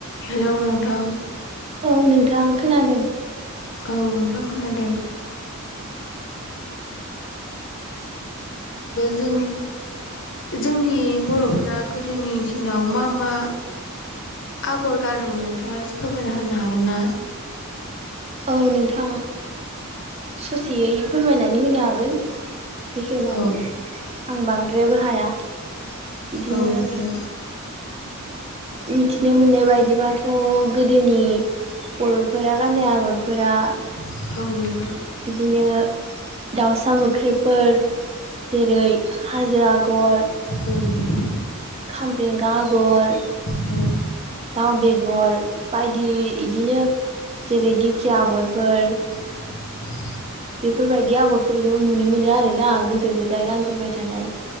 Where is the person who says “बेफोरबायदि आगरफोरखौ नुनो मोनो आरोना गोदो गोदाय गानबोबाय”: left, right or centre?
Right